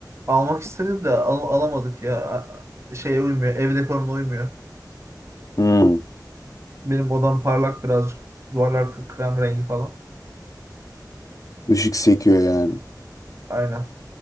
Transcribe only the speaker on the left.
Hmm.
Işık sekiyor yani.